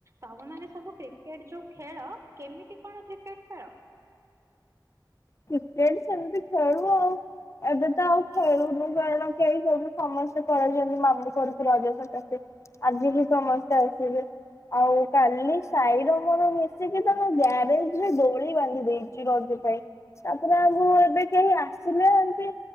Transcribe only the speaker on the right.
ତମ ମାନେ ସବୁ କ୍ରିକେଟ ଯୋଉ ଖେଳ କେମିତି କଣ କ୍ରିକେଟ ଖେଳ।